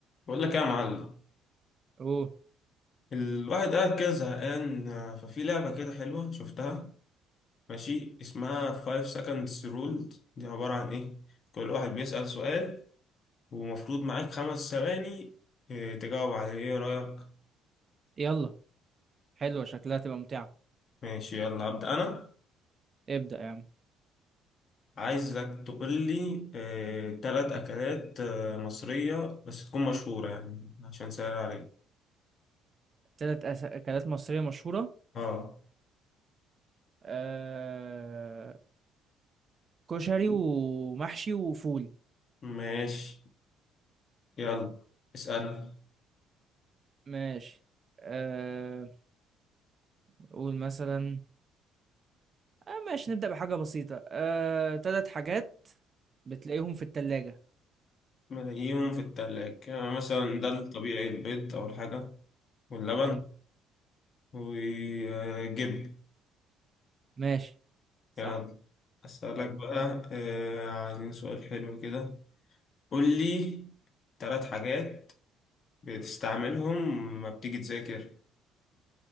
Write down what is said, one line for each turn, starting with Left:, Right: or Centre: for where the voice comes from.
Left: بقول لك إيه يا معلم
Right: اوه
Left: الواحد قاعد كده زهقان آه، ففي لعبة كده حلوة شفتها ماشي اسمها 5 seconds ruled دي عبارة عن ايه كل واحد بيسأل سؤال ومفروض معاك خمس ثواني آه، تجاوب عليه ايه رأيك
Right: يلا حلوة شكلها تبقى ممتعة
Left: ماشي يلا أبدأ انا
Right: ابدأ يا عم
Left: عايزك تقول لي آه، تلات اكلات آه، مصرية بس تكون مشهورة يعني عشان سهل عليك
Right: تلات أس- أكلات مصرية مشهورة
Left: اه
Right: آه... كشري ومحشي وفول
Left: ماشي يلا
Right: حلو
Left: اسأل
Right: ماشي آه... قول مثلا آه ماشي نبدأ بحاجة بسيطة آه... تلات حاجات بتلاقيهم في التلاجة
Left: ملاقيهم في التلاج يعني مثلا ده
Right: آه.
Left: الطبيعي البيض أول حاجة واللبن
Right: أيوة
Left: وجب
Right: ماشي صح
Left: يعني أسألك
Right: حلو
Left: بقى آه، عايزين سؤال حلو كده قول لي ثلاث حاجات بتستعملهم لما بتيجي تذاكر